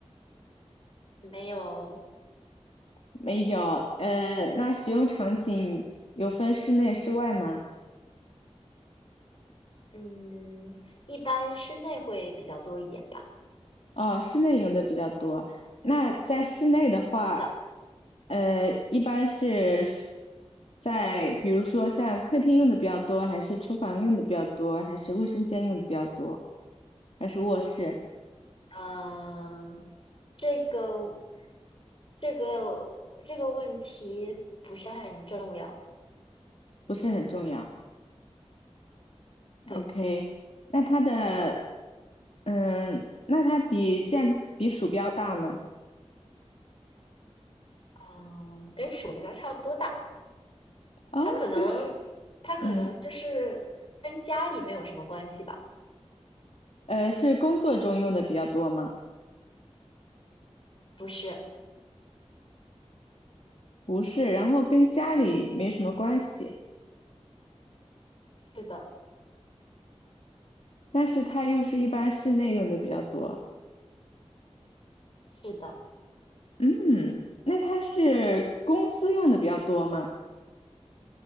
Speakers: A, on the left; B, on the left.
A: 没有，
B: 没有，呃，那使用场景有分室内、室外吗？
A: 嗯，一般室内会比较多一点吧。
B: 哦，室内用的比较多。那在室内的话，
A: 是的，
B: 呃，一般是是在比如说像客厅用的比较多，还是厨房用的比较多，还是卫生间用的比较多，还是卧室？
A: 嗯，这个这个这个问题不是很重要，
B: 不是很重要。
A: 对，
B: OK，那它的，嗯，那它比键比鼠标大吗？
A: 嗯，跟鼠标差不多大，
B: 哦，
A: 它可能它可能就是跟家里没有什么关系吧？
B: 跟是，嗯，呃，是工作中用的比较多吗？
A: 不是，
B: 不是，然后跟家里没什么关系，
A: 是的，
B: 但是它又是一般室内用的比较多。
A: 是的，
B: 嗯，那它是公司用的比较多吗？